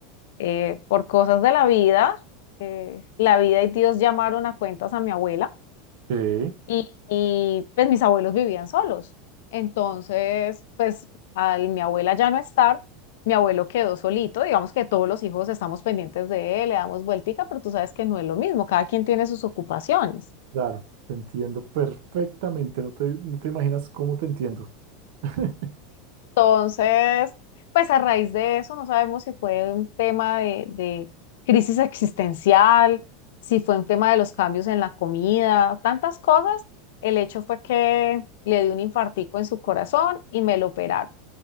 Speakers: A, on the left; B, on the right.
A: eh, por cosas de la vida, eh, la vida y Dios llamaron a cuentas a mi abuela.
B: Sí,
A: y, y, pues mis abuelos vivían solos. Entonces, pues al mi abuela ya no estar, mi abuelo quedó solito, digamos que todos los hijos estamos pendientes de él, le damos vueltica, pero tú sabes que no es lo mismo, cada quien tiene sus ocupaciones.
B: claro, te entiendo perfectamente. No te, no te imaginas cómo te entiendo. <laughs>
A: Entonces, pues a raíz de eso, no sabemos si fue un tema de, de crisis existencial, si fue un tema de los cambios en la comida, tantas cosas. El hecho fue que le dio un infartico en su corazón y me lo operaron.